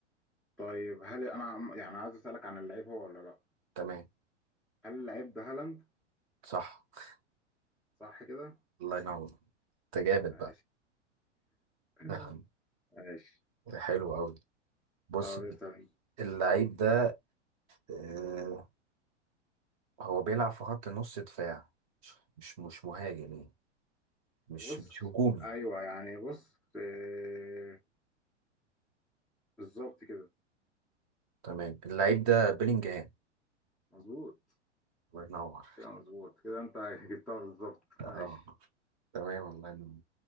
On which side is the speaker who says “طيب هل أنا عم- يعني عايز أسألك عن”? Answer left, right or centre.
Centre